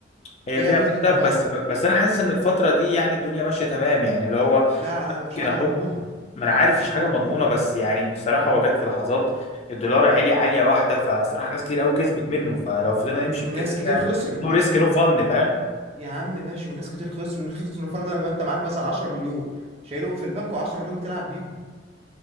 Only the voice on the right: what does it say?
فيها
نسبة
مخاطرة
لا لا
مفيش حاجة
مضمونة
مفيش
حاجة
مضمونة
وناس
كتير خسرت
يا عم ماشي وناس كتير خسرت الناس اللي خسرت ده لما انت معاك مثلا 10 مليون شايلهم في البنك و10 مليون بتلعب بيهم